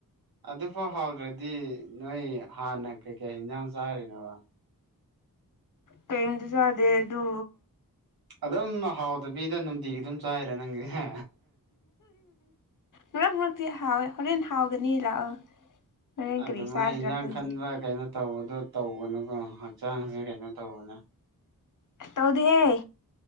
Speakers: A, on the right; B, on the left.
A: ꯑꯗꯨꯐꯥꯎ ꯍꯥꯎꯗ꯭ꯔꯗꯤ ꯅꯣꯏ ꯍꯥꯟꯅ ꯀꯩꯀꯩ ꯌꯦꯟꯖꯥꯡ ꯆꯥꯔꯤꯅꯣꯕ
B: ꯀꯩꯗꯤ ꯆꯗꯦ ꯑꯗꯨ
A: ꯑꯗꯨꯝ ꯍꯥꯎꯗꯕꯤꯗ ꯅꯨꯡꯇꯤꯒꯤ ꯑꯗꯨꯝ ꯆꯥꯏꯔꯦ ꯅꯪꯁꯦ
B: ꯃꯔꯛ ꯃꯔꯛꯇꯤ ꯍꯥꯎꯋꯦ ꯍꯣꯔꯦꯟ ꯍꯥꯎꯒꯅꯤ ꯂꯥꯛꯑꯣ ꯍꯣꯔꯦꯟ
A: ꯑꯗꯨ
B: ꯀꯔꯤ
A: ꯃꯥꯏ
B: ꯆꯥꯁꯤꯔ
A: ꯏꯟꯖꯥꯡ
B: ꯈꯪꯗꯦ
A: ꯈꯟꯕ ꯀꯩꯅꯣ ꯇꯧꯕꯗꯣ ꯇꯧꯕꯅꯨꯀꯣ ꯍꯛꯆꯥꯡꯁꯦ ꯀꯩꯅꯣ ꯇꯧꯕꯅꯦ
B: ꯑꯁ ꯇꯧꯗꯍꯦ